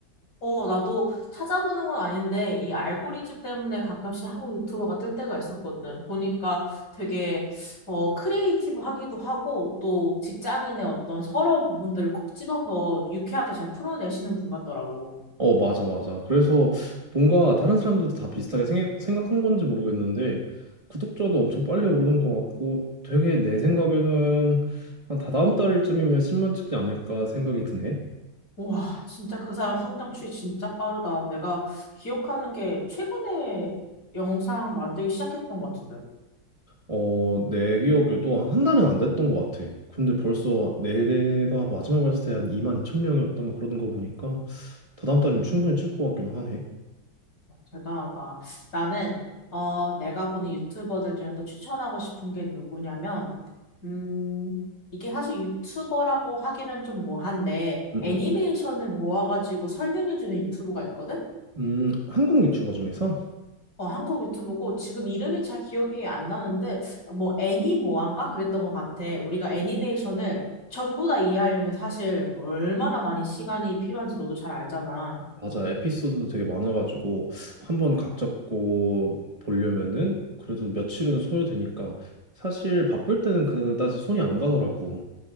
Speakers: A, on the left; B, on the right.
A: 어, 나도 찾아보는 건 아닌데 이 알고리즘 때문에 가끔씩 한국 유튜버가 뜰 때가 있었거든. 보니까 되게 어, 크리에이티브하기도 하고 또 직장인의 어떤 서러운 부분들을 콕 집어서 유쾌하게 잘 풀어내시는 분 같더라고.
B: 어, 맞아, 맞아. 그래서 뭔가 다른 사람들도 다 비슷하게 생각, 생각한 건지 모르겠는데, 구독자도 엄청 빨리 오르는 것 같고, 되게 내 생각에는 한 다다음 달쯤이면 10만 찍지 않을까 생각이 드네.
A: 와, 진짜 그 사람 성장 추이 진짜 빠르다. 내가 기억하는 게 최근에 영상 만들기 시작했던 것 같은데. 어,
B: 어, 내 기억에도 한 한 달은 안 됐던 것 같아. 근데 벌써 내가 마지막에 봤을 때 한 2만 2천 명이었던가 그러는 거 보니까, 다다음 달이면 충분히 찍을 것 같기도 하네.
A: 대단하다. 나는, 어, 내가 보는 유튜버들 중에 또 추천하고 싶은 게 누구냐면, 음, 이게 사실 유튜버라고 하기는 좀 뭐한데,
B: 음, 음.
A: 애니메이션을 모아가지고 설명해주는 유튜브가 있거든?
B: 음, 한국 유튜버 중에서?
A: 어, 한국 유튜브고 지금 이름이 잘 기억이 안 나는데 뭐 애니모아인가 그랬던 것 같아. 우리가 애니메이션을 전부 다 이해하려면 사실 얼마나 많이 시간이 필요한지 너도 잘 알잖아.
B: 맞아. 에피소드도 되게 많아가지고 한 번 각 잡고 보려면은 그래도 며칠은 소요되니까 사실 바쁠 때는 그다지 손이 안 가더라고.